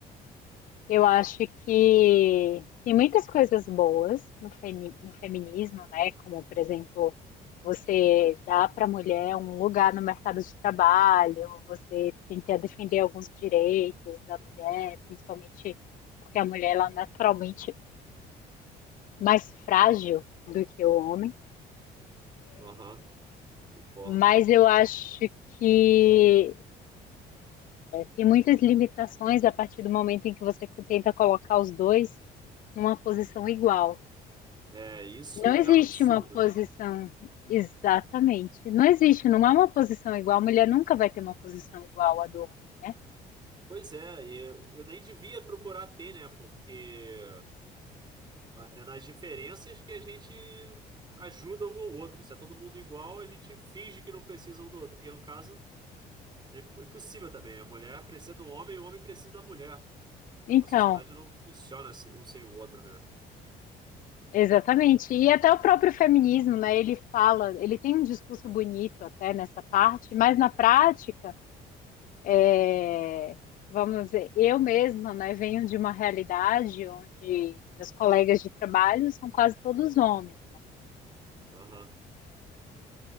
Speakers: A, on the left; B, on the right.
A: Eu acho que tem muitas coisas boas no, femi- no feminismo, né? Como, por exemplo, você dá para a mulher um lugar no mercado de trabalho, você tenta defender alguns direitos da mulher, principalmente porque a mulher ela é naturalmente mais frágil do que o homem.
B: aham. Concordo.
A: Mas eu acho que tem muitas limitações a partir do momento em que você tenta colocar os dois numa posição igual.
B: É, isso
A: Não existe
B: é um absurdo,
A: uma posição
B: né?
A: exatamente. Não existe, não há uma posição igual. A mulher nunca vai ter uma posição igual à do homem, né?
B: Pois é, e eu, eu nem devia procurar ter, né? Porque a- é nas diferenças que a gente ajuda um ao outro. Se é todo mundo igual, a gente finge que não precisa um do outro. Porque, no caso, É impossível também. A mulher precisa do homem e o homem precisa da mulher.
A: Então,
B: A sociedade não funciona se- um sem o outro, né?
A: exatamente. E até o próprio feminismo, né? Ele fala, ele tem um discurso bonito até nessa parte, mas na prática, é, vamos dizer, eu mesma, né, venho de uma realidade onde meus colegas de trabalho são quase todos homens.
B: Aham.